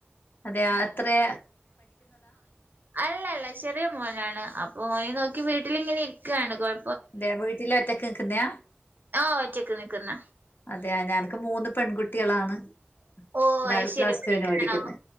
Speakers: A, on the left; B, on the right.
A: അതെ അത്രേ
B: അല്ല അല്ല ചെറിയ മോനാണ് അപ്പൊ ഓനെ നോക്കി ട്ട് വീട്ടിലിങ്ങനെ ഇരിക്കണ് കൊഴ
A: അതെ വീട്ടിലൊറ്റക്ക് നിക്കുന്ന
B: ആ ഒറ്റക്ക് നിക്കുന്ന
A: അതെയ ഞനക്ക് മൂന്ന് പെൺകുട്ടികളാണ്
B: ഓ
A: ഒരാൾ
B: അത് ശരി
A: പ്ലസ്
B: പഠിക്കാണോ
A: ടു വിന് പടിക്കുന്ന്